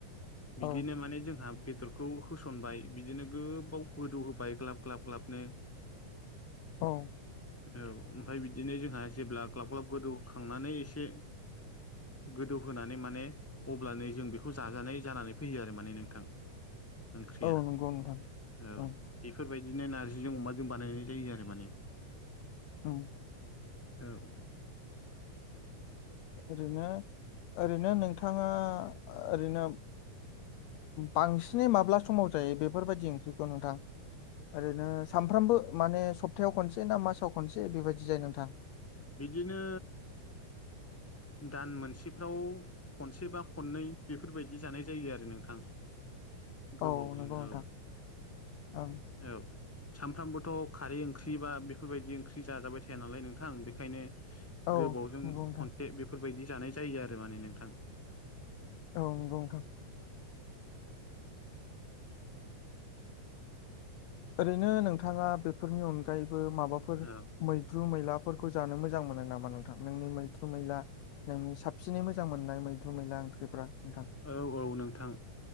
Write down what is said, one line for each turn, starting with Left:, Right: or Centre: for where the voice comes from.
Left: औ
Centre: बिदिनो माने जोंहा बेदर बे खौ होसनबाय बिदिनो गोबाव गोदौ होबाय ग्लाब ग्लाब ग्लाबनो
Left: औ
Centre: औ ओमफ्राय बिदिनो जोंहा जेब्ला ग्लाब ग्लाब गोदौखांनानै एसे गोदौ होनानै माने अब्लानो जों बेखौ जाजानाय जानानै फैयो आरो माने नोंथां ओंख्रिया
Left: औ नंगौ नोंथां
Centre: औ
Left: ओं
Centre: बेफोरबायदिनो नार्जिजों अमाजों बानायनाय जायो आरो माने
Left: औ
Centre: औ
Left: ओरैनो ओरैनो नोंथांङा ओरैनो बांसिनै माब्ला समाव जायो बेफोरबायदि ओंख्रिखौ नोंथां ओरैनो सानफ्रामबो माने सप्तायाव खनसे ना मासाव खनसे बेबायदि जायो नोंथां
Centre: बिदिनो दान मोनसेफ्राव खनसे बा खननै बेफोरबायदि जानाय जायो आरो नोंथां गोबावजों
Left: औ नंगौ नोंथां
Centre: औ
Left: ओं
Centre: औ सामफ्रामबोथ' खारै ओंख्रि बा बेफोरबायाददि ओंख्रि जाजाबाय थाया नालाय नोंथां बेनिखायनो
Left: औ
Centre: गोबावजों
Left: नंगौ नोंथां
Centre: खनसे बेफोरबायाददि जानाय जायो आरो माने नोंथां
Left: औ नंगौ ओरैनो नोंथांङा बेफोरनि अनगायैबो माबाफोर
Centre: औ
Left: मैद्रु मैलाफोरखौ जानो मोजां मोनो नामा नोंथां नोंनि मैद्रु मैला नोंनि साबसिनै मोजां मोननाय मैद्रु मैला ओंख्रिफ्रा नोंथां
Centre: औ औ नोंथां